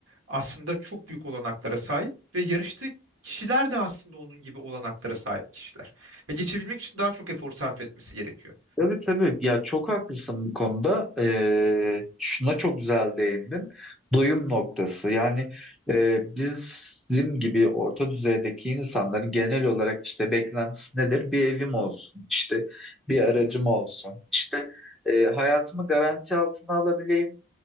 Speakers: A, on the right; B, in the centre.
A: aslında çok büyük olanaklara sahip ve yarıştığı kişiler de aslında onun gibi olanaklara sahip kişiler. Ve geçebilmek için daha çok efor sarf etmesi gerekiyor.
B: Tabii tabii ya çok haklısın bu konuda. Ee, şuna çok güzel değindin. Doyum noktası. Yani e, bizim gibi orta düzeydeki insanların genel olarak işte beklentisi nedir? Bir evim olsun, işte bir aracım
A: Hı hı.
B: olsun, işte e, hayatımı garanti altına alabileyim,